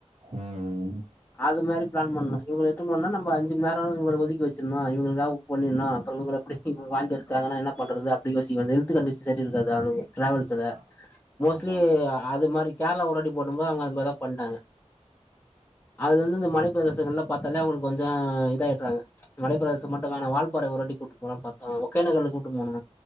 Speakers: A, on the right (about 70°); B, on the left (about 15°).
A: ம்
B: அது மாரி பிளான் பண்ணு இவுங்கள எட்த்துன் போன்னா நம் அஞ்சும் நேரோனு இவுங்களுக் ஒதுக்கி வச்சுர்னு இவுங்குளுக்காக புக் பண்ணிர்னு அப்புறோ இவுங்கள அப்டி இப்பு வாந்தி எடுத்தாங்கனா என்ன பண்றது அப்டி யோசிக் வேண்டி ஹெல்த் கண்டிஷு சரி இருக்காது அதுவு ட்ராவல்ஸுல
A: ஆ
B: மோஸ்ட்லி
A: ஆமா ஆமா
B: அது மாரி கேர்ளா ஒரு வாட்டி போனும்போ அவுங்க அது மார்தா பண்ட்டாங்க அதுல இருந்து இந்த மலை சில விஷங்கள்லா பாத்தாலே அவுங்களுக்கு கொஞ்சோ இதாயட்றாங்க மலைபிரதேசம் மட்டு வேணா வால்பாற ஒரு வாட்டி கூட்டு போலான் பாத்தோ ஒகேனகலு கூட்டு போனோ